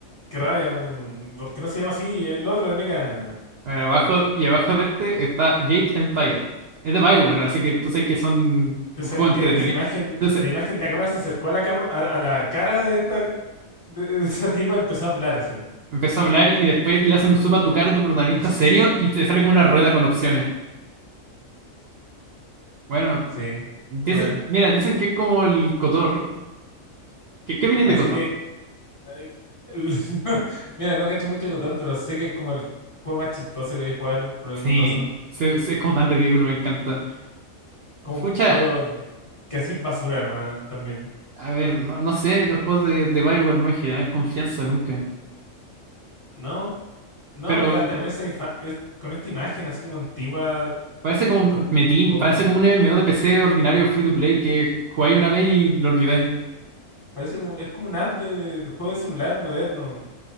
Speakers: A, on the left; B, on the right.
A: Qué rabia, mm, porque no se llama así el otro de Mecha.
B: Bueno, abajo
A: Bueno,
B: y abajo de este está Jade Empire. Es de BioWare, así que tú sabes que son
A: tú
B: un
A: sabés
B: juego entretenido.
A: que esa imagen,
B: Entonces,
A: la imagen, la cámara se acercó a la cama, a, a la cara de esta, de, de esa tipa y empezó a hablar así.
B: empezó a hablar y después le hacen zoom a tu cara a tu protagonista
A: <laughs>
B: serio y te sale como una rueda con opciones. Bueno,
A: Sí,
B: dice,
A: bueno,
B: mira, dicen que es como el Cotor. ¿Qué, qué opinas
A: así
B: de Cotor?
A: que, eh, el- <laughs> mira, no cacho mucho de Cotor, pero sé que es como el juego más chistoso que voy a jugar por alguna
B: Sí,
A: razón.
B: se- se- es como tan ridículo, me encanta.
A: Como
B: Pucha,
A: un juego que así es basura nomás también.
B: a ver, no, no sé, los juegos de, de BioWare no me generan confianza nunca.
A: No, no,
B: Pero
A: hasta con esa infa- es- con esta imagen así como antigua,
B: Parece como
A: tampoco.
B: Metin, parece como un MMO de PC ordinario free to play que jugáis una vez y lo olvidáis. <laughs>
A: Parece como, es como un ad de, de juego de celular moderno.